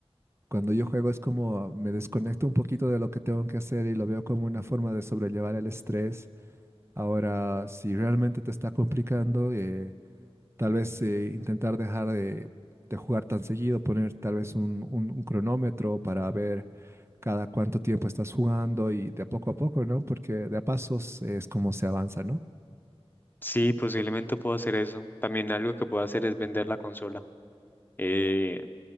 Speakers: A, on the right; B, on the left.
A: cuando yo juego es como ah, me desconecto un poquito de lo que tengo que hacer y lo veo como una forma de sobrellevar el estrés. Ahora, si realmente te está complicando, eh, Tal vez eh, intentar dejar de, de jugar tan seguido, poner tal vez un, un- un cronómetro para ver cada cuánto tiempo estás jugando y de a poco a poco, ¿no? Porque de a pasos es como se avanza, ¿no?
B: Sí, posiblemente puedo hacer eso. También algo que puedo hacer es vender la consola. Eh,